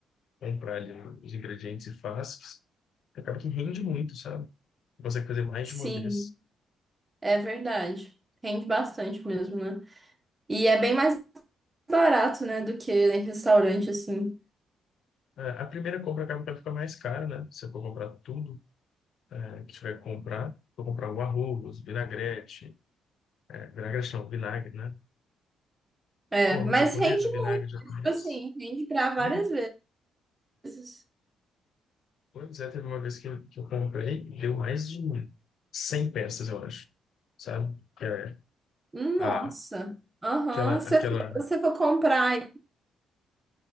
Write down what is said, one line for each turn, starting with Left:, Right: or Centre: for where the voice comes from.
Left: Comprar ali os ingredientes e faz. Acaba que rende muito, sabe? Você consegue fazer mais
Right: Sim,
Left: de uma vez.
Right: é verdade. Rende bastante mesmo, né? E é bem mais barato, né, do que em restaurante, assim.
Left: É, a primeira compra acaba que ela fica mais cara, né? Se eu for comprar tudo é, que tiver que comprar, vou comprar o arroz, vinagrete, é, vinagrete não, vinagre, né?
Right: É,
Left: O arroz
Right: mas
Left: japonês,
Right: rende
Left: vinagre
Right: muito,
Left: japonês.
Right: tipo assim, rende pra várias
Left: Uhum.
Right: vezes.
Left: Pois é, teve uma vez que, eu- que eu comprei, deu mais de 100 peças, eu acho, sabe? Que é,
Right: Nossa.
Left: a,
Right: Aham.
Left: aquela,
Right: Se
Left: aquela,
Right: você for comprar